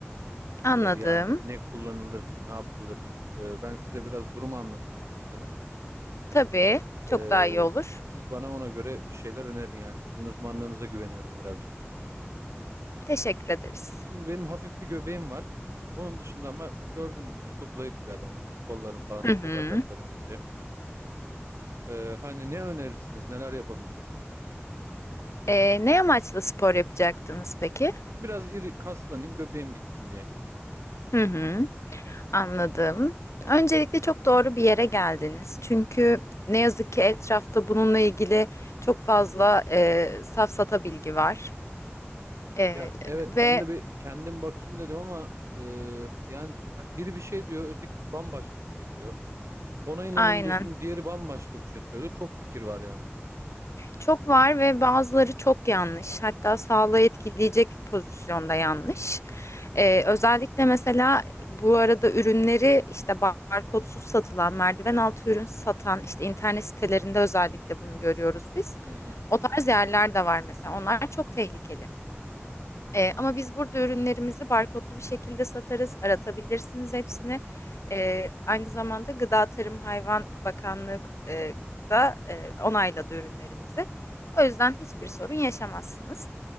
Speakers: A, on the left (about 80°); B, on the right (about 75°).
A: anladım.
B: Ee, yani ne kullanılır, ne yapılır. Ee, ben size biraz durumu anlatayım istiyorsanız.
A: Tabii, çok
B: Ee,
A: daha iyi olur.
B: siz bana ona göre bir şeyler önerin yani. Sizin uzmanlığınıza güveniyorum birazcık.
A: Teşekkür ederiz.
B: Şimdi benim hafif bir göbeğim var. Onun dışında ama gördüğünüz gibi çok zayıf bir adamım. Kollarım falan
A: Hı
B: ince,
A: hı.
B: bacaklarım ince. Ee, hani ne önerirsiniz, neler yapabiliriz?
A: Ee, ne amaçla spor yapacaktınız peki?
B: Biraz iri kaslanayım, göbeğim gitsin diye.
A: Hı hı, anladım. Öncelikle çok doğru bir yere geldiniz. Çünkü ne yazık ki etrafta bununla ilgili çok fazla e, safsata bilgi var. E,
B: Ya evet
A: ve
B: ben de bir kendim bakayım dedim ama e, yani ç- biri bir şey diyor, öteki bambaşka bir şey diyor. Ona inanayım
A: aynen.
B: diyorsun, diğeri bambaşka bir şey söylüyor. Çok fikir var yani.
A: Çok var ve bazıları çok yanlış. Hatta sağlığı etkileyecek pozisyonda yanlış. Ee, özellikle mesela bu arada ürünleri işte barkodsuz satılan, merdiven altı ürün satan işte internet sitelerinde özellikle bunu görüyoruz biz.
B: Hı hı.
A: O tarz yerler de var mesela. Onlar çok tehlikeli. Ee, ama biz burada ürünlerimizi barkodlu bir şekilde satarız. Aratabilirsiniz hepsini. Ee, aynı zamanda Gıda Tarım Hayvan Bakanlığı e, da e, onayladı ürünlerimizi. O yüzden hiçbir sorun yaşamazsınız.